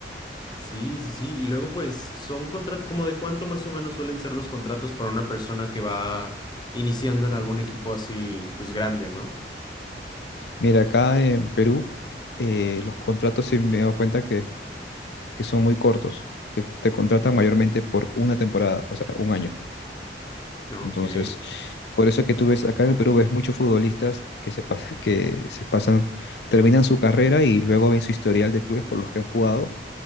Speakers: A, on the left; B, on the left.
A: Sí, sí, sí. Y luego, pues, son contratos, como de cuánto más o menos suelen ser los contratos para una persona que va iniciando en algún equipo así, pues, grande, ¿no?
B: Mira, acá en Perú, eh, los contratos, sí me he dado cuenta que que son muy cortos. Te, te contratan mayormente por una temporada, o sea, un año.
A: Ok.
B: Entonces, por eso es que tú ves acá en el Perú, ves muchos futbolistas que se, pas- que se pasan, terminan su carrera y luego ven su historial de clubes por los que han jugado